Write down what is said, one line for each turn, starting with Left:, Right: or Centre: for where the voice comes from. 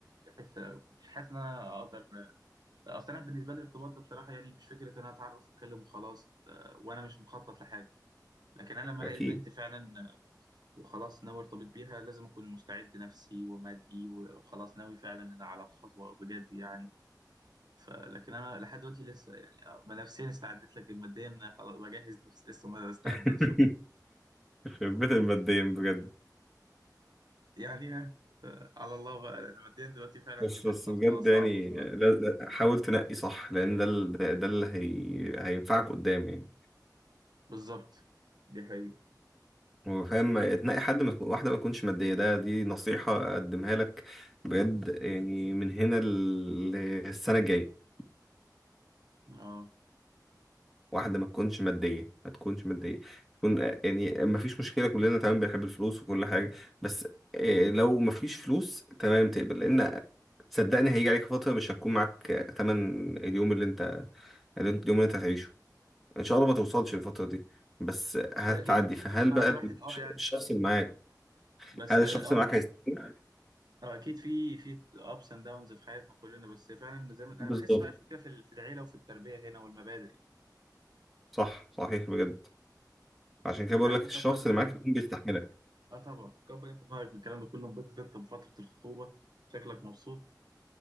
Right: يحس كنتش حاسس ان انا اقدر اصل انا بالنسبة لي الارتباط ده بصراحة يعني مش فكرة ان انا اتعرف اتكلم وخلاص آه، وانا مش مخطط لحاجة لكن انا لما
Centre: اكيد
Right: الاقي البنت فعلا آه، وخلاص ناوي ارتبط بيها لازم اكون مستعد نفسي ومادي وخلاص ناوي فعلا على الخطوة بجد يعني فلكن انا لحد دلوقتي لسه يعني آه، ما نفسيا استعدت لكن ماديا خلاص بجهز نفسي لسه ما استعدتش
Centre: <laughs> يخرب بيت الماديين بجد
Right: يعني آه، آه، على الله بقى لأن ماديا دلوقتي فعلا
Centre: بس
Right: دي بقت
Centre: بس
Right: خطوة
Centre: بجد
Right: صعبة
Centre: يعني
Right: بصراحة
Centre: لا- لا، حاول تنقي صح لان ده ال- ده ده اللي هي... هينفعك قدام يعني
Right: بالظبط دي حقيقة
Centre: هو فاهم تنقي حد ما تكون واحده ما تكونش ماديه ده دي نصيحه اقدمها لك بجد يعني من هنا للسنه الجايه
Right: اه
Centre: واحدة ما تكونش مادية ما تكونش مادية تكون آه، يعني ما فيش مشكلة كلنا تمام بنحب الفلوس وكل حاجة بس آه، لو ما فيش فلوس تمام تقبل لأن صدقني هيجي عليك فترة مش هتكون معاك آه، تمن اليوم اللي انت اللي انت- اليوم اللي انت هتعيشه ان شاء الله ما توصلش الفترة دي بس هتعدي
Right: هي اكيد بتخبط
Centre: فهل
Right: مع
Centre: بقى
Right: الواحد اه
Centre: الش-
Right: يعني
Centre: الشخص
Right: فاهمك
Centre: اللي معاك
Right: بس
Centre: هل
Right: اه
Centre: الشخص
Right: اه
Centre: اللي معاك هيستحملك
Right: آه، اكيد في في ابس اند داونز في حياتنا كلنا بس فعلا زي ما انا
Centre: بالظبط
Right: بحس بقى الفكرة في ال- في العيلة وفي التربية هنا والمبادئ يعني
Centre: صح صحيح بجد عشان
Right: بس
Centre: كده
Right: انت
Centre: بقول
Right: يا عم
Centre: لك الشخص
Right: كبر
Centre: اللي معاك يكون بيستحملك
Right: اه طبعا كبر انت دماغك بالكلام ده كله انبسط انت بفترة الخطوبة شكلك مبسوط